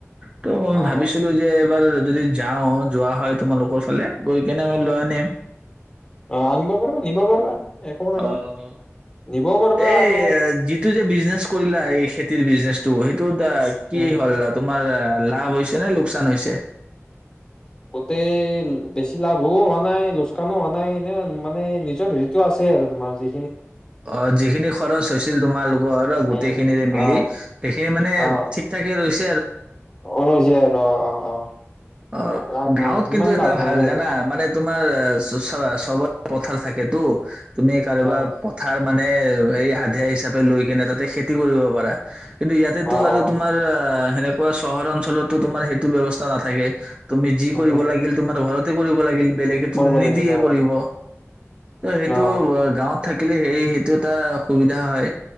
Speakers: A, on the right; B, on the left.
A: ত' মই
B: অ
A: ভাবিছিলোঁ যে এইবাৰ যদি যাওঁ, যোৱা হয় তোমালোকৰ ফালে গৈ কেনে লৈ আনিম।
B: অ' আনিব পাৰিবা, নিব পাৰিবা। একো নাই
A: অ'
B: নিবও পাৰিবা
A: এই
B: আৰু
A: যিটো যে বিজনেছ কৰিলা, এই খেতিৰ বিজনেছটো সেইটোৰ কি
B: উম
A: হল ন তুমি তোমাৰ লাভ হৈছে নে লোকচান হৈছে?
B: গোটেই বেছি লাভো হোৱা নাই, লোচকানো হোৱা নাই, এনে মানেই নিজৰ হেৰিতো আছে আৰু তোমাৰ যি
A: অ' যিখিনি খৰচ হৈছিল তোমালোকৰ
B: উম
A: গোটেইখিনিৰে মিলি,
B: অ
A: সেইখিনি মানে
B: অ
A: ঠিক-ঠাকে ৰৈছিল
B: অ যোৰহাটৰ অ' অ' অ'।
A: অ'
B: লাভ
A: গাঁৱত
B: নাই সিমান
A: কিন্তু এটা
B: লাভ
A: ভাল
B: নাই বাৰু
A: জানা মানে তোমাৰ চ ', -চবত পথাৰ থাকেতো। তুমি, কাৰোবা
B: অ
A: পথাৰ, মানে এই আধিয়া হিচাপে লৈ, কিনে তাতে খেতি কৰিব পাৰা। কিন্তু ইয়াতেতো
B: অ
A: আৰু
B: অ
A: তোমাৰ অ', সেনেকুৱা চহৰ -অঞ্চলতো তোমাৰ সেইটো ব্যৱস্থা নাথাকে। তুমি যি',
B: নাথাকে
A: কৰিব লাগিল তোমাৰ ঘৰত, টো কৰিব লাগিল। বেলেগেতো
B: কৰিব
A: নিদিয়ে
B: লাগিল অ
A: কৰিব। তই সেইটো
B: অ
A: গাঁৱত থাকিলে হেৰী, সেইটো এটা সুবিধা হয়।